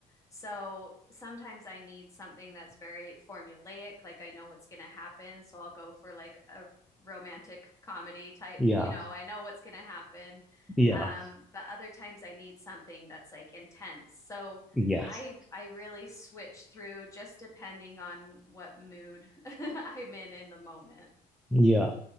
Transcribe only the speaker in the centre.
yeah,
yeah,
yes,
Yeah.